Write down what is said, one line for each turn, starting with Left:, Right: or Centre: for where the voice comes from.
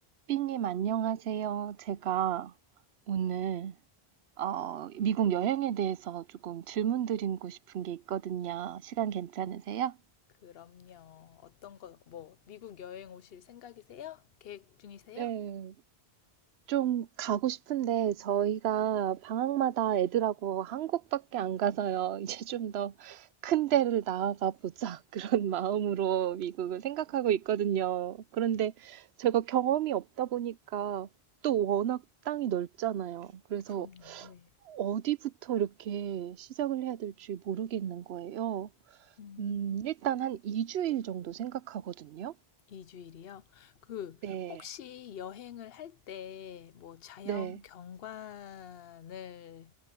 Right: 삐님 안녕하세요. 제가 오늘 어, 미국 여행에 대해서 조금 질문 드리고 싶은 게 있거든요. 시간 괜찮으세요?
Left: 그럼요. 어떤 거, 뭐, 미국 여행 오실 생각이세요? 계획 중이세요?
Right: 네, 좀 가고 싶은데 저희가 방학마다 애들하고 한국밖에 안 가서요. <laughs> 이제 좀 더 큰 데를 나아가 보자 <laughs> 그런 마음으로 미국을 생각하고 있거든요. 그런데 제가 경험이 없다 보니까 또 워낙 땅이 넓잖아요. 그래서
Left: 그럼요. 네.
Right: 어디부터 이렇게 시작을 해야 될지 모르겠는 거예요.
Left: 음,
Right: 음, 일단 한 2주일 정도 생각하거든요.
Left: 2주일이요? 그,
Right: 네.
Left: 혹시 여행을 할 때 뭐 자연
Right: 네.
Left: 경관을